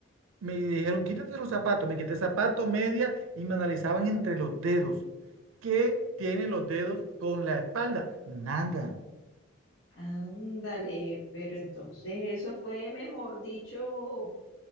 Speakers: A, on the right; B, on the left.
A: me dijeron, quítate los zapatos, me quité zapato, media y me analizaban entre los dedos. ¿Qué tiene los dedos con la espalda? Nada.
B: Ándale, pero entonces eso fue, mejor dicho,